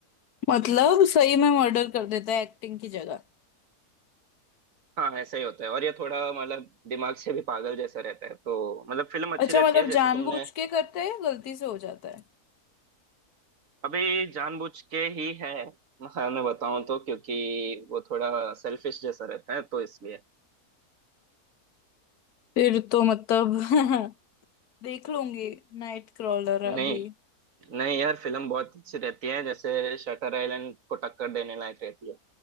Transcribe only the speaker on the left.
मतलब सही में मर्डर कर देता है एक्टिंग की जगह
अच्छा
मतलब
जानबूझ
के करते हैं या गलती से हो जाता है
फिर तो मतलब <laughs> देख लूंगी नाइट क्रॉलर
अभी